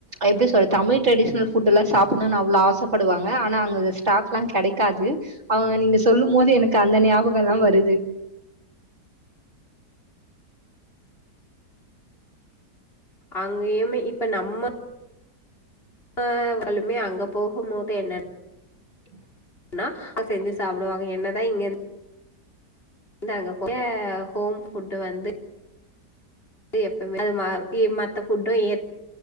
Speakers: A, on the right; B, on the left.
A: எப்டி சொல்றது தமிழ் ட்ரெடிஷனல் ஃபுட்ட எல்லா சாப்டணுன்னு அவ்ளோ ஆசப்படுவாங்க ஆனா அங்க ஸ்டாக்லா கெடைக்காது அவங்க நீங்க சொல்லும் போது எனக்கு அந்த ஞாபகோ எல்லா வருது
B: அங்கயுமே இப்ப நம்ம ஆ வலுமே அங்க போகும் போது என்ன
A: <unintelligible>
B: ன்னா ஆ செஞ்சு சாப்டுவாங்க என்னதா இங்க இருந் து அங்க யா ஹோம் ஃபுட் வந்து ந்து எப்பமே அது ம இ மத்த ஃபுட்டு ஏ